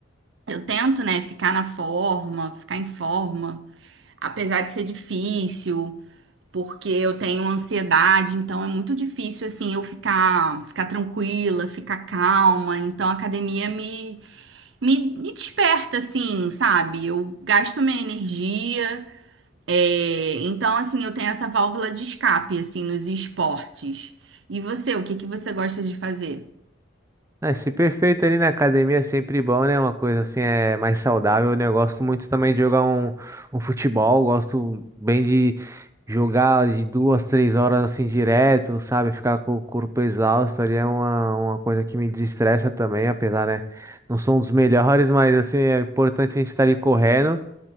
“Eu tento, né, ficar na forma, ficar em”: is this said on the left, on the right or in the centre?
Right